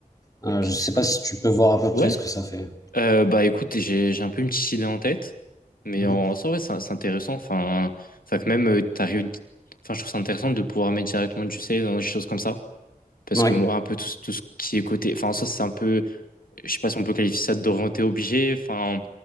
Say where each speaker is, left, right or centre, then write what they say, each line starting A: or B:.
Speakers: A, on the left; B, on the left.
A: Euh,
B: Ok,
A: je sais
B: c'est cool.
A: pas si tu peux voir à peu
B: Ouais,
A: près ce que ça fait.
B: Euh, bah écoute, j'ai j'ai un peu une petite idée en tête, mais
A: Mhm.
B: en soi, ouais, c'est c'est intéressant. Enfin, enfin que même euh, t'arrives, enfin je trouve ça intéressant de pouvoir mettre directement du C dans des choses comme ça, parce
A: Ouais,
B: que moi, un peu tout, ce- tout ce qui est côté, enfin en soi, c'est un peu je sais pas si on peut qualifier ça d'orienté objet. Enfin,